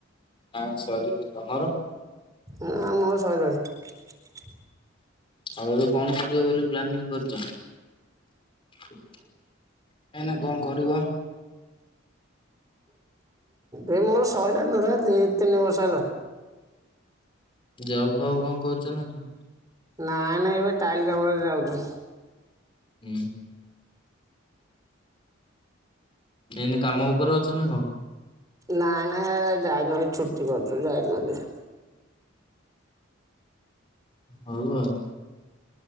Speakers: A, on the left; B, on the right.
A: ନାଇଁ ସରିନି। ତମର?
B: ଆ ମୋର ସଇଲାନି।
A: ଆଉ ଏବେ କଣ କରିବ ବୋଲି ପ୍ଲାନିଂ କରିଛ? ଏଇନା କଣ କରିବ?
B: ଏ ମୋର ସଇଲାନି ନଏ ଦି ତିନି ବର୍ଷ ହେଲାଣି।
A: ଜବ୍ ଫବ୍ କଣ କରୁଛ ନା କଣ?
B: ନାଇଁ ନାଇଁ ଏବେ ଟାଇଲ୍ କାମେରେ ଯାଉଛୁ।
A: ଉଁ। ଏଇନେ କାମ ଉପରେ ଅଛ ନା କଣ?
B: ନାଇଁ ନାଇଁ ଆଜି ଯାଇନି ଭାଇ ଛୁଟି କରିଥିଲି। ଯାଇନି ଆଜି।
A: ହଉ ଆଉ।